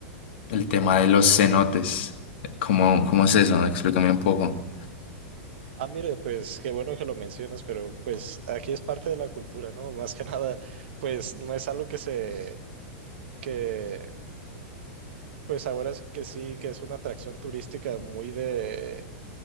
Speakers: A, on the left (about 60°); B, on the right (about 60°).
A: el
B: Ujú.
A: tema de los cenotes, ¿cómo, cómo es eso? Explícame un poco.
B: Ah, mire, pues qué bueno que lo mencionas, pero pues aquí es parte de la cultura, ¿no? Más que nada, pues no es algo que se, que pues ahora es que sí, que es una atracción turística muy de,